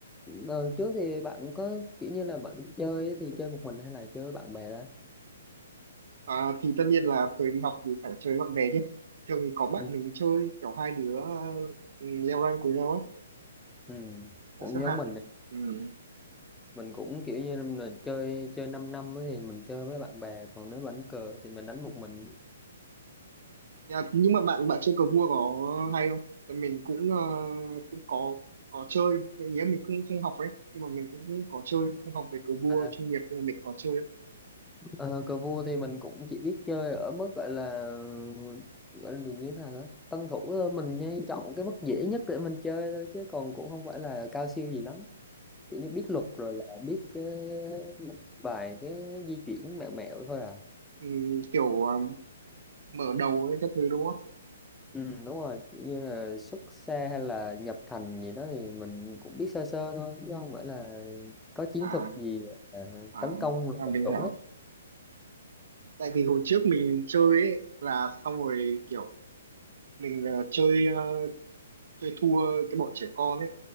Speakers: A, in the centre; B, on the right.
A: Đời trước thì bạn có kiểu như là bạn chơi thì chơi một mình hay là chơi với bạn bè đó
B: À, thì tất nhiên là thời đi học thì phải chơi với bạn bè chứ. Thường thì có bạn
A: ừ,
B: mình chơi kiểu hai đứa ừ, leo rank cùng nhau ấy,
A: ừ.
B: là
A: cũng
B: xếp
A: giống
B: hạng.
A: mình này
B: Ừ.
A: mình cũng kiểu như là chơi chơi 5 năm năm á thì mình chơi với bạn bè còn nếu đánh cờ thì mình đánh một mình
B: Nhà- Nhưng mà bạn bạn chơi cờ vua có hay không? Tại Mình cũng ờ, cũng có có chơi, cái ý là mình cũng không học ấy, nhưng mà mình cũng có chơi, không học về cờ vua
A: à,
B: chuyên nghiệp nên mình có chơi. ấy.
A: Ờ, cờ vua thì mình cũng chỉ biết chơi ở mức gọi là gọi là như thế nào đó tân thủ thôi mình nhây chọn cái mức dễ nhất để mình chơi thôi chứ còn cũng không phải là cao siêu gì lắm kiểu như biết luật rồi là biết cái một vài cái di chuyển mẹo mẹo thôi à
B: Ừ, kiểu ờ, mở đầu ấy các thứ đúng không?
A: ừ, đúng rồi kiểu như là xuất xa hay là nhập thành gì đó thì mình cũng biết sơ sơ thôi chứ không phải là có chiến
B: À
A: thuật gì à,
B: à,
A: tấn công rồi
B: à
A: làm
B: mình
A: chủ
B: hiểu.
A: hết
B: Tại vì hồi trước mình chơi ấy là xong rồi kiểu mình ờ, chơi ờ, chơi thua cái bọn trẻ con ấy